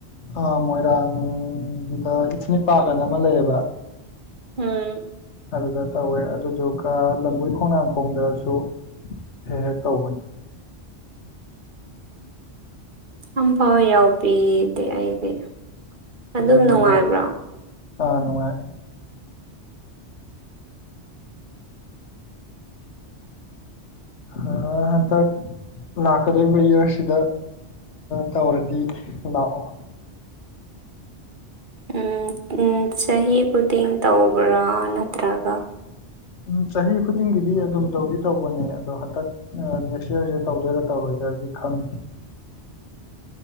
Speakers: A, on the left (about 90°); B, on the right (about 45°).
A: ꯑꯥ ꯃꯣꯏꯔꯥꯡꯒꯤꯗ ꯏꯊꯅꯤꯛ ꯄꯥꯔꯛ ꯑꯅ ꯑꯃ ꯂꯩꯌꯦꯕ
B: ꯎꯝ
A: ꯑꯗꯨꯗ ꯇꯧꯋꯦ ꯑꯗꯨꯗꯨꯒ ꯂꯝꯕꯣꯏ ꯈꯣꯡꯅꯥꯡꯈꯣꯡꯗꯁꯨ ꯍꯦꯛ ꯍꯦꯛ ꯇꯧꯕꯅꯤ
B: <inaudible> ꯑꯝ ꯐꯥꯎ ꯌꯥꯎꯕꯤꯗꯦ ꯑꯩꯗꯤ ꯑꯗꯨꯝ
A: ꯎꯝ
B: ꯅꯨꯡꯉꯥꯏꯕ꯭ꯔꯣ
A: ꯅꯨꯡꯉꯥꯏ ꯑꯥ ꯅꯨꯡꯉꯥꯏꯌꯦ
B: <inaudible>
A: ꯍꯥ ꯍꯥꯟꯇꯛ ꯂꯥꯛꯀꯗꯧꯔꯤꯕ ꯏꯌꯥꯔꯁꯤꯗ ꯇꯧꯔꯗꯤ ꯂꯥꯛꯑꯣ
B: ꯎꯝ ꯎꯝ ꯆꯍꯤ ꯈꯨꯗꯤꯡ ꯇꯧꯕ꯭ꯔꯥ ꯅꯠꯇ꯭ꯔꯒ
A: ꯎꯝ ꯆꯍꯤ ꯈꯨꯗꯤꯡꯒꯤꯗꯤ ꯑꯗꯨꯝ ꯇꯧꯗꯤ ꯇꯧꯕꯅꯦ ꯑꯗꯣ ꯍꯟꯗꯛ ꯅꯦꯛꯁ ꯏꯔꯁꯤ ꯇꯧꯗꯣꯏꯔꯥ ꯇꯧꯔꯣꯏ ꯑꯗꯨꯗꯤ ꯈꯪꯗꯦ
B: <inaudible>